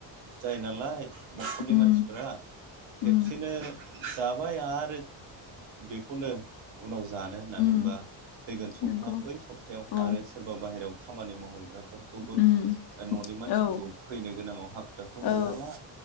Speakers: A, on the right; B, on the left.
A: जायो नालाय न'खरनि
B: उम
A: मानसिफोरा
B: उम
A: खेबसेनो जाबाय आरो बेखौनो उनाव जानो नानैा
B: उम
A: फैगोन सप्ता
B: नंगौ
A: बै सबथा बा
B: औ
A: आरो सोरबा बाहेरायाव खामानि मावहैग्राफोरखौबो
B: उम
A: दा न'नि मानसिफोरखौ
B: औ
A: फैनो गोनाङाव हाखु दाखु
B: औ
A: मोनजाला